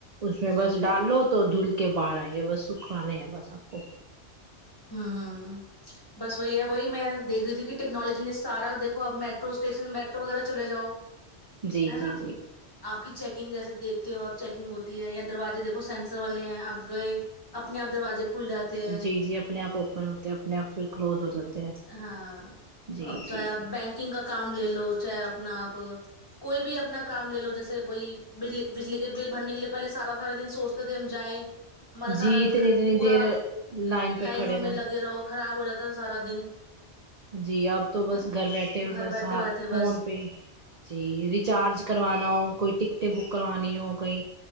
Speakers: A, on the right (about 55°); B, on the left (about 20°).
A: اس میں
B: جی
A: بس ڈال لو تو دھل کے باہر آئیں گے بس سکھوانے ہے بس آپ کو
B: ہہم بس وہی ہے وہی میں دیکھ رہی تھی کہ ٹیکنالوجی نے سارا دیکو اپ میٹرو اسٹیشن میٹرو وغیرہ چلے جاؤ
A: جی
B: ہے
A: جی
B: نا
A: جی
B: آپ کی چیکنگ جیسے دیکھتے ہو آپ چیکنگ ہوتی ہے یا دروازے دیکھو سینسر والے ہیں آپ گئے اپنے آپ دروازے کھل جاتے ہیں
A: جی جی اپنے آپ اوپن ہوتے ہیں اپنے آپ پھر کلوز ہو جاتے ہیں
B: ہاں
A: جی
B: اب چاہے
A: جی
B: آپ
A: جی
B: بینکنگ کا کام لے لو چاہے اپنا آپ کوئی بھی اپنا کام لے لو جیسے وہی بجلی کے بل بھرنے کے لیے پہلے سارا سارا دن سوچ توجائیں ہمارا
A: جی
B: سارا
A: اتنی
B: پورا
A: اتنی دیر لائن پہ
B: لائنوں
A: کھڑے
B: میں
A: رہنا
B: لگے رہ خراب ہو جاتا تھا سارا دن
A: جی اب تو بس
B: ہے نا
A: گھر بیٹھے ہو
B: گھر
A: بس
B: بیٹھے
A: ہاں
B: بیٹھے بس
A: فون پہ ہی جی ریچارج کروانا ہو کوئی ٹکٹیں بک کروانی ہو کوئی